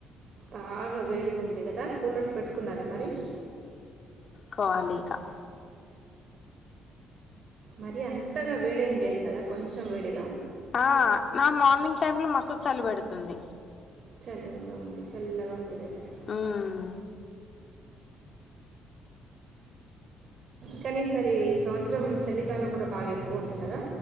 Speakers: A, on the right (about 55°); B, on the left (about 50°).
A: బాగా వేడిగా ఉంది కదా కూలర్స్ పెట్టుకున్నారా మరి
B: కోవాలిగా
A: మరి అంతగా వేడేం లేదు కదా కొంచెం వేడిగా
B: ఆ నా మార్నింగ్ టైమ్ లో మస్త్ చలి పెడుతుంది.
A: చల్లగా ఉంది చల్లగా ఉంది వెదర్
B: మ్మ్
A: కానీ ఈసారి సంవత్సరం చలికాలం కూడా బాగా ఎక్కువ ఉండేది కదా